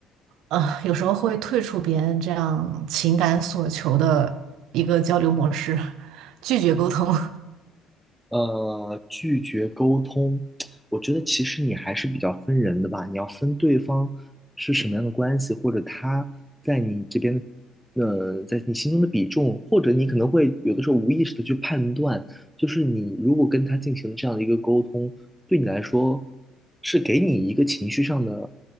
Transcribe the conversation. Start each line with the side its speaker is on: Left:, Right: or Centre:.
Right: 呃，有时候会退出别人这样情感所求的一个交流模式，拒绝沟通。<laughs>
Centre: 呃，拒绝沟通，我觉得其实你还是比较分人的吧。你要分对方是什么样的关系，或者他在你这边的，呃，在你心中的比重，或者你可能会有的时候无意识的去判断，就是你如果跟他进行这样的一个沟通，对你来说是给你一个情绪上的